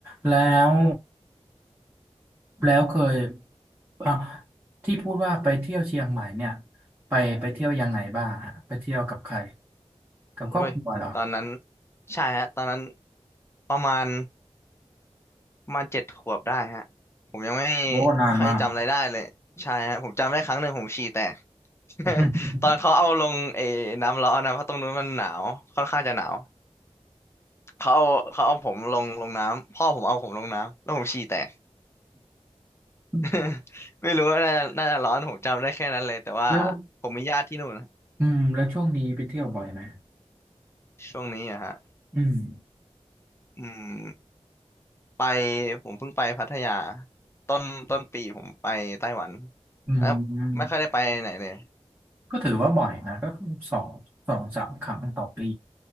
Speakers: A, on the right; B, on the left.
A: แล้วแล้วเคยอ่ะที่พูดว่าไปเที่ยวเชียงใหม่เนี่ยไปไปเที่ยวยังไงบ้างฮะไปเที่ยวกับใครกับครอบครัวเหรอ
B: เว้ยตอนนั้นใช่ฮะตอนนั้นประมาณ ประมาณเจ็ดขวบได้ฮะผมยังไม่
A: โอ้นานมาก
B: ค่อยจำอะไรได้เลยใช่ฮะผมจำได้ครั้งหนึ่งผมฉี่แตก <laughs>
A: <laughs>
B: ตอนเขาเอาลงไอ้น้ำร้อนนะเพราะตรงนู้นมันหนาวค่อนข้างจะหนาวเขาเอาเขาเอาผมลงลงน้ำพ่อผมเอาผมลงน้ำแล้วผมฉี่แตก
A: <laughs>
B: <laughs> ไม่รู้ว่าน่าจะน่าจะร้อนผมจำได้แค่นั้นเลยแต่ว่า
A: แล้ว
B: ผมมีญาติที่นู่นนะ
A: อืมแล้วช่วงนี้ไปเที่ยวบ่อยไหม
B: ช่วงนี้อะฮะ
A: อืม
B: อืมไปผมเพิ่งไปพัทยาต้นต้นปีผมไปไต้หวัน
A: อืมอืม
B: แล้วไม่ค่อยได้ไปไหนเลย
A: ก็ถือว่าบ่อยนะก็สองสองสามครั้งต่อปี